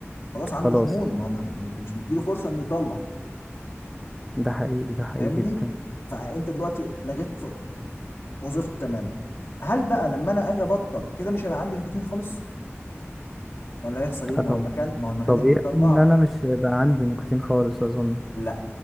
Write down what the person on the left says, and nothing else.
خلاص عنده
خمول ما هو ما- انت مش مديله فرصه انه يطلع
فاهمني
فانت دلوقتي لغيت ف- وظيفته تماما هل بقى لما انا اجي ابطل كده مش هيبقى عندي نيكوتين خالص ولا هيحصل ايه
ما
هو المكان ما هو المكان
اللي بيطلع
لا